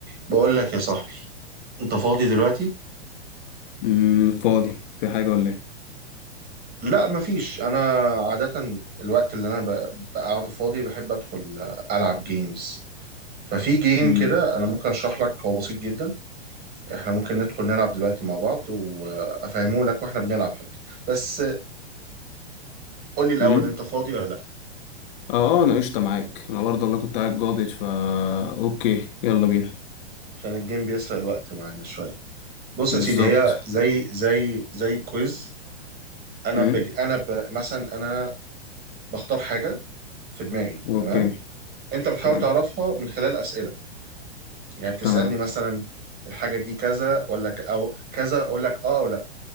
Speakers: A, on the right (about 30°); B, on the left (about 50°).
A: بقول لك يا صاحبي انت فاضي دلوقتي
B: امم فاضي في حاجة ولا ايه
A: لا مفيش انا عادة الوقت اللي انا ب- بقعده فاضي بحب ادخل العب جيمز ففي جيم
B: امم
A: كده انا ممكن اشرح لك هو بسيط جدا احنا ممكن ندخل نلعب دلوقتي مع بعض وافهمه لك واحنا بنلعب حتى بس قول لي الاول
B: امم
A: انت فاضي ولا لا
B: اه اه انا قشطة معاك انا برضه والله كنت قاعد جاضد فا اوكي يلا بينا
A: عشان الجيم بيسرق الوقت معانا شوية بص
B: بالظبط
A: يا سيدي هي زي زي زي كويز انا
B: امم
A: بج... انا ب... مثلا انا بختار حاجة في دماغي
B: اوكي
A: تمام انت بتحاول
B: تمام
A: تعرفها من خلال أسئلة يعني بتسألني
B: تمام
A: مثلا الحاجة دي كذا ولا ك... أو كذا أقول لك آه أو لأ